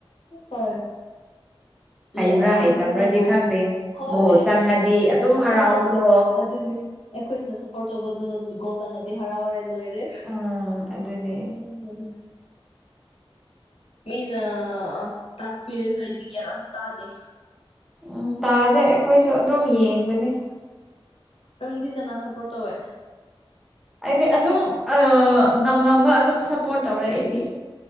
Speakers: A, on the left; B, in the centre.
A: ꯍꯣꯏ ꯃꯤ
B: ꯍꯩꯕ꯭ꯔꯥ
A: ꯃꯌꯥꯝ
B: ꯍꯩꯇꯕ꯭ꯔꯗꯤ
A: ꯄꯨꯜꯂꯥꯒ
B: ꯈꯪꯗꯦ
A: ꯍꯣꯏ
B: ꯒꯣꯜ ꯆꯪꯉꯗꯤ ꯑꯗꯨꯝ ꯍꯔꯥꯎꯕꯗꯣ
A: ꯑꯥ ꯑꯗꯨꯅꯤ ꯑꯩꯈꯣꯏꯅ ꯁꯞꯄꯣꯔꯠ ꯇꯧꯕꯗꯨ ꯒꯣꯜ ꯆꯪꯉꯥꯗꯤ ꯍꯔꯥꯎꯔꯦ ꯂꯣꯏꯔꯦ
B: ꯑꯥ ꯑꯗꯨꯅꯦ
A: ꯎꯝ ꯃꯤꯅ ꯇꯥꯛꯄꯤꯔꯁꯨ ꯑꯩꯗꯤ ꯒ꯭ꯌꯥꯟ ꯑꯝꯇ ꯇꯥꯗꯦ
B: ꯎꯝ ꯇꯥꯗꯦ ꯑꯩꯈꯣꯏꯁꯨ ꯑꯗꯨꯝ ꯌꯦꯡꯕꯅꯤ
A: ꯅꯪꯗꯤ ꯀꯅꯥ ꯁꯞꯄꯣꯔꯠ ꯇꯧꯋꯦ
B: ꯑꯩꯗꯤ ꯑꯗꯨꯝ ꯉꯝ ꯉꯝꯕ ꯑꯗꯨꯝ ꯁꯞꯄꯣꯔꯠ ꯇꯧꯔꯦ ꯑꯩ